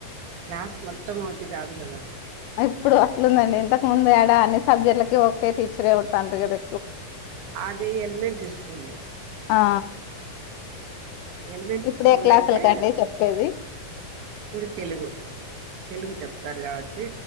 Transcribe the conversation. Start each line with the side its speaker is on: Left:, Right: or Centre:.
Right: క్లాస్ మొత్తం ఒకటి కాదు గదా.
Left: ఇప్పుడు అట్లుందండి. ఇంతకు ముందు ఎడా అన్ని సబ్జెక్టులకి ఒకే టీచరే ఉంటాన్రు గదా.
Right: అది ఎలిమెంటరీ స్కూలు
Left: ఆ
Right: ఎలిమెంటరీ
Left: ఇప్పుడే
Right: స్కూల్
Left: క్లాసుల
Right: అయితే
Left: కండి చెప్పేది.
Right: ఇప్పుడు తెలుగు. తెలుగు చెప్తారు కాబట్టి,